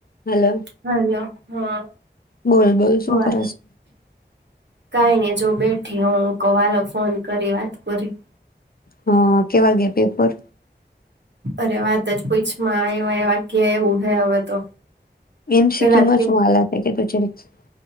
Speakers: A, on the left; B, on the right.
A: Hello
B: hello. હા.
A: બોલ બોલ શું
B: બર
A: કરે છે.
B: કઈ ને જો બેઠી હ હું કહ હાલો ફોન કરી વાત કરી.
A: હ કેવા ગયા પેપર.
B: અરે વાત જ પૂછમાં આવ્યા એવા ગ્યા એવું હે હવે તો.
A: એમ. સી.
B: પેલા
A: ક્. યુ
B: જ
A: માં
B: કે
A: શું હલા થ હે કે <unintelligible> <inaudible>